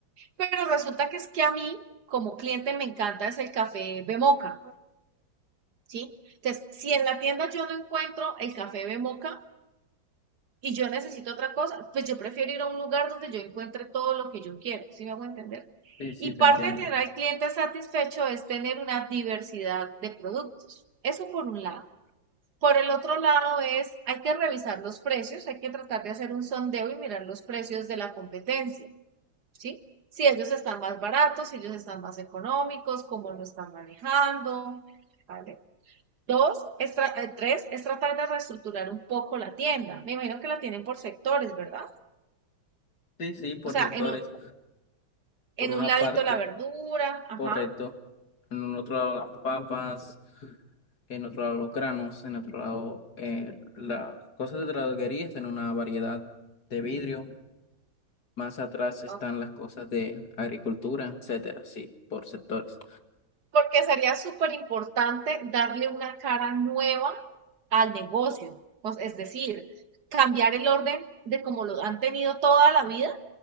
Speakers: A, on the right (about 55°); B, on the left (about 55°).
A: Pero resulta que es que a mí, como cliente, me encanta es el café Bemoca. ¿sí? Entonces, si en la tienda yo no encuentro el café de moca y yo necesito otra cosa, pues yo prefiero ir a un lugar donde yo encuentre todo lo que yo quiero, ¿sí me hago entender?
B: sí, sí,
A: Y
B: te
A: parte
B: entiendo.
A: de tener al cliente satisfecho es tener una diversidad de productos. Eso por un lado. Por el otro lado es, hay que revisar los precios, hay que tratar de hacer un sondeo y mirar los precios de la competencia, ¿sí? Si ellos están más baratos, si ellos están más económicos, cómo lo están manejando, ¿vale? Dos, es eh, tres, es tratar de reestructurar un poco la tienda. Me imagino que la tienen por sectores, ¿verdad?
B: Sí, sí, por
A: O sea,
B: sectores.
A: en un,
B: Por
A: en
B: una
A: un ladito
B: parte,
A: la verdura, ajá.
B: correcto. En un otro lado las papas, en otro lado los granos, en otro lado eh, las cosas de droguería en una variedad de vidrio. Más atrás están
A: ok.
B: las cosas de agricultura, etcétera. Sí, por sectores.
A: Porque sería súper importante darle una cara nueva al negocio. Pues, es decir, cambiar el orden de como lo han tenido toda la vida